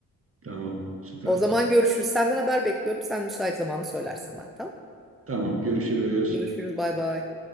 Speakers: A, on the right; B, in the centre.
A: Tamam. Süper.
B: O zaman görüşürüz. Senden haber bekliyorum. Sen müsait zamanı söylersin bana tamam.
A: Tamam. Görüşürüz.
B: Görüşürüz bay bay.